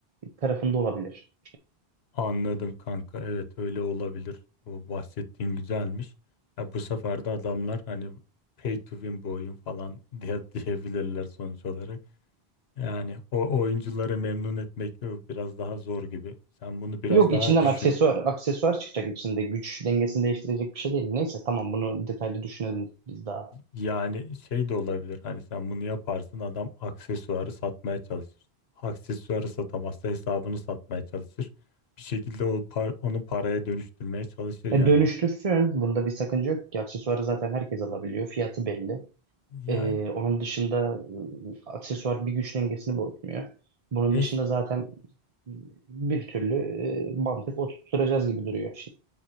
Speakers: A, on the right (about 40°); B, on the left (about 75°).
A: tarafında olabilir.
B: anladım kanka. Evet öyle olabilir. O bahsettiğin güzelmiş. Ya bu sefer de adamlar hani pay to win bu oyun falan <laughs> diye diyebilirler sonuç olarak. Yani o oyuncuları memnun etmek biraz daha zor gibi. Sen bunu biraz
A: Yok
B: daha
A: içinden
B: düşün.
A: aksesuar aksesuar çıkacak içinde güç dengesini değiştirecek bir şey değil. Neyse tamam bunu detaylı düşünelim biz daha.
B: Yani şey de olabilir hani sen bunu yaparsın adam aksesuarı satmaya çalışır. Aksesuarı satamazsa hesabını satmaya çalışır. Bir şekilde o par- onu paraya dönüştürmeye çalışır
A: E,
B: yani.
A: dönüştürsün. Bunda bir sakınca yok ki. Aksesuarı zaten herkes alabiliyor. Fiyatı belli.
B: Yani
A: Ee, onun dışında ıı, aksesuar bir güç dengesini bozmuyor. Bunun
B: neyse
A: dışında zaten bir türlü e, mantık oturtturacağız gibi duruyor şimdi.